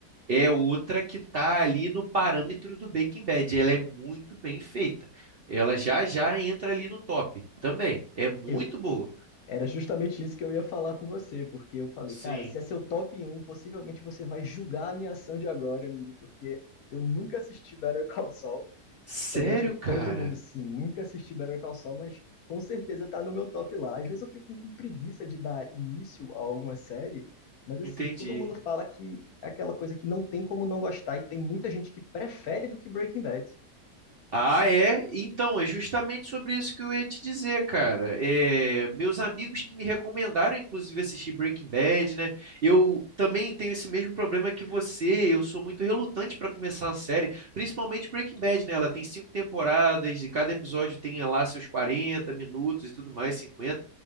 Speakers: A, on the right; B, on the left.
A: é outra que tá ali no parâmetro do Breaking Bad. Ela é muito bem feita. Ela já já entra ali no top também. É muito
B: Eu,
A: boa.
B: era justamente isso que eu ia falar com você, porque eu falei,
A: Sim.
B: cara, se é seu top um possivelmente você vai julgar a minha ação de agora, amigo, porque eu nunca assisti Better Call Saul
A: Sério,
B: Apesar de
A: cara?
B: todo mundo, sim, nunca assisti Better Call Saul, mas com certeza tá no meu top lá. Às vezes eu fico com preguiça de dar início a alguma série, mas assim,
A: Entendi.
B: todo mundo fala que é aquela coisa que não tem como não gostar e tem muita gente que prefere do que Breaking Bad.
A: Ah, é? Então, é justamente sobre isso que eu ia te dizer, cara. É, meus amigos que me recomendaram, inclusive, assistir Breaking Bad, né? Eu também tenho esse mesmo problema que você. Eu sou muito relutante para começar a série, principalmente Breaking Bad, né? Ela tem cinco temporadas e cada episódio tem lá seus 40 minutos e tudo mais, 50.